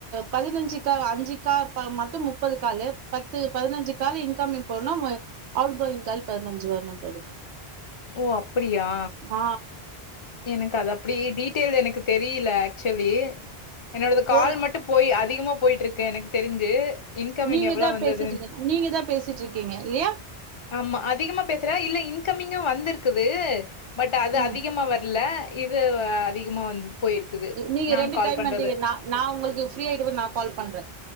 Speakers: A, on the right; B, on the left.
A: பதினஞ்சி கால் அஞ்சிக்கா மொத்தோ முப்பது காலு பத்து பதினஞ்சி கால் இன்கமிங் போனோ ம அவுட் கோயிங் கால் பதினஞ்சி வர்னோ தோழி
B: ஓ அப்பிடியா
A: அ
B: எனக்கு அது அப்டி டீட்டெயில் எனக்கு தெரியல ஆக்சுவலி என்னோடது கால்
A: ஒரு
B: மட்டோ போய் அதிகமா போயிட்டு இருக்கு எனக்கு தெரிஞ்சு இன்கமிங்
A: நீங்க
B: எவ்வளோ
A: தா
B: வந்ததுன்னு
A: பேசிட்டு இருக்க நீங்க தா பேசிட்டு இருக்கீங்க இல்லையா
B: ஆமா அதிகமா பேசுற இல்ல இன்கமிங்கோ வந்துருக்குது பட் அது
A: ம்
B: அதிகமா வர் ல இது அதிகமா வந்து போயிருக்குது
A: நீங்க
B: நா
A: ரெண்டு
B: கால்
A: டைம்
B: பண்றது
A: பண்றீங்க நா நா உங்களுக்கு ஃப்ரீ ஆயிட்ட பிறகு நா கால் பண்ற